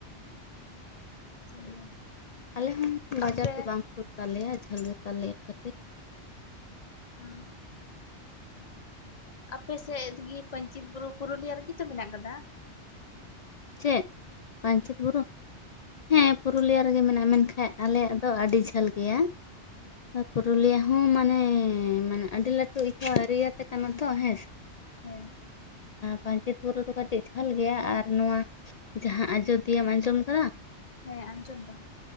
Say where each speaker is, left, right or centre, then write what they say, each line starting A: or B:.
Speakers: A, on the left; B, on the left.
A: <unintelligible>
B: ᱟᱞᱮ ᱦᱚᱸ ᱵᱟᱡᱟᱨ
A: ᱟᱯᱮ
B: ᱫᱚ ᱵᱟᱝ ᱥᱩᱨ ᱛᱟᱞᱮᱭᱟ ᱡᱷᱟᱹᱞ ᱛᱟᱞᱮᱭᱟ ᱠᱟᱹᱴᱤᱡ᱾
A: ᱦᱩᱸ ᱟᱯᱮ ᱥᱮᱫ ᱜᱮ ᱯᱟᱧᱪᱮᱛ ᱵᱩᱨᱩ ᱯᱩᱨᱩᱞᱤᱭᱟᱹ ᱨᱮᱜᱮ ᱛᱚ ᱢᱮᱱᱟᱜ ᱠᱟᱫᱟ᱾
B: ᱪᱮᱫ ᱯᱟᱧᱪᱮᱛ ᱵᱩᱨᱩ ᱦᱮᱸ ᱯᱩᱨᱩᱞᱤᱭᱟ ᱨᱮᱜᱮ ᱢᱮᱱᱟᱜᱼᱟ ᱢᱮᱱᱠᱟᱱ ᱟᱞᱮᱭᱟᱜ ᱫᱚ ᱟᱹᱰᱤ ᱡᱷᱟᱹᱞ ᱜᱮᱭᱟ
A: <inaudible>
B: ᱯᱩᱨᱩᱞᱤᱭᱟᱹ ᱦᱚᱸ ᱢᱟᱱᱮ ᱢᱟᱱᱮ ᱟᱹᱰᱤ ᱞᱟᱹᱴᱩ ᱪᱟᱹ ᱮᱨᱤᱭᱟ ᱛᱮ ᱠᱟᱱᱟ ᱛᱚ ᱦᱮᱸ ᱥᱮ
A: ᱦᱮᱸ
B: ᱯᱟᱧᱪᱮᱛ ᱵᱩᱨᱩ ᱫᱚ ᱠᱟᱹᱴᱤᱡ ᱵᱷᱟᱞ ᱜᱮᱭᱟ ᱟᱨ ᱱᱚᱣᱟ ᱡᱟᱦᱟᱸ ᱟᱡᱚᱫᱤᱭᱟᱹᱢ ᱟᱸᱡᱚᱢ ᱠᱟᱫᱟ
A: ᱦᱮᱸ ᱟᱸᱡᱚᱢ ᱠᱟᱱᱟ